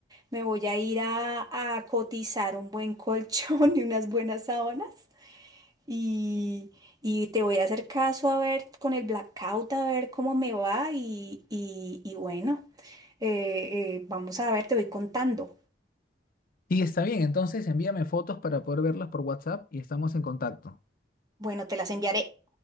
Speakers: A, on the right; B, on the left.
A: Me voy a ir a, a cotizar un buen colchón <laughs> y unas buenas sábanas. Y, y te voy a hacer caso a ver con el blackout, a ver cómo me va. Y, y- y bueno, eh, eh, vamos a ver, te voy contando.
B: Y está bien, entonces envíame fotos para poder verlas por WhatsApp y estamos en contacto.
A: Bueno, te las enviaré.